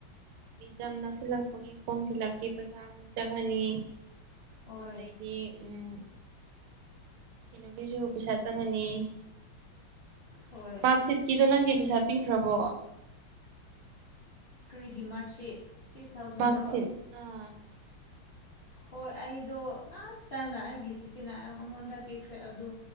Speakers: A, on the right (about 85°); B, on the left (about 50°).
A: ꯑꯦꯛꯖꯥꯝ ꯅꯛꯁꯤꯜꯂꯛꯄꯒꯤ ꯐꯣꯝ ꯐꯤꯜ ꯑꯞꯀꯤ ꯄꯩꯁꯥ ꯑꯃꯨꯛ ꯆꯪꯉꯅꯤ
B: ꯍꯣꯏ
A: ꯑꯗꯩꯗꯤ ꯎꯝ ꯀꯩꯅꯣꯒꯤꯁꯨ ꯄꯩꯁꯥ ꯆꯪꯉꯅꯤ
B: ꯍꯣꯏ
A: ꯃ꯭ꯔꯛꯁꯤꯠꯀꯤꯗꯣ ꯅꯪꯗꯤ ꯄꯩꯁꯥ ꯄꯤꯈ꯭ꯔꯕꯣ
B: ꯀꯔꯤꯒꯤ ꯃ꯭ꯔꯛꯁꯤꯠ ꯁꯤꯛꯁ ꯊꯥꯎꯖꯟꯗꯣ
A: ꯃꯥꯔꯛꯁꯤꯠ ꯑꯥ
B: ꯍꯣꯏ ꯑꯩꯗꯣ ꯂꯥꯁ ꯇꯥꯏꯝꯗ ꯑꯩꯒꯤ ꯆꯤꯆꯦꯅꯥ ꯑꯦꯝ ꯑꯩꯉꯣꯟꯗ ꯄꯤꯈ꯭ꯔꯦ ꯑꯗꯨ